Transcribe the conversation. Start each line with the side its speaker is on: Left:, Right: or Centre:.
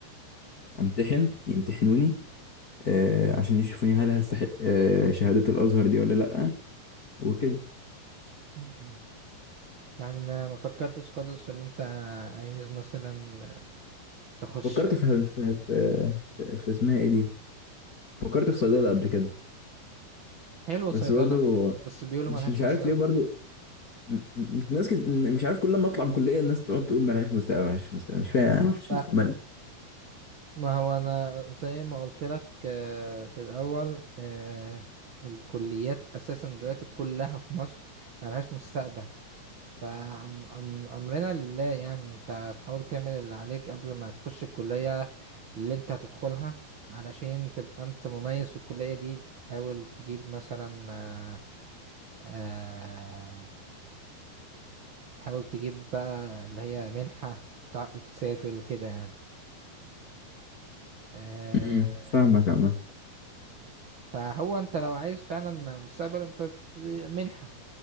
Left: امتحن يمتحنوني آه عشان يشوفوني هل هستحق آه شهادة الازهر دي ولا لا وكده
Right: أيوه يعني ما ما فكرتش خالص في اللي انت عايز مثلا تخش
Left: فكرت في في في, في, في اسمها ايه دي فكرت في صيدلة قبل كده
Right: حلو
Left: بس
Right: صيدلة
Left: برضه
Right: بس بيقولوا
Left: مش
Right: ملهاش
Left: مش عارف
Right: مستقبل
Left: ليه برضه م- م- ناس كت... مش عارف كل ما اطلع من الكلية الناس تقعد تقول ملهاش مستقبل ملهاش مستقبل مش فاهم
Right: لا
Left: من...
Right: ما هو انا زي ما قلت لك آه، في الاول آه، الكليات اساسا دلوقتي كلها في مصر ملهاش مستقبل فأمرنا لله يعني انت هتحاول تعمل اللي عليك قبل ما تخش الكلية اللي انت هتدخلها علشان تبقى انت مميز في الكلية دي تحاول تجيب مثلا آه، آه، حاول تجيب بقى اللي هي منحة وتع- وتسافر وكده يعني آه،
Left: مم. فاهمك عمال
Right: فهو انت لو عايز فعلا مستقبل انت ت- منحة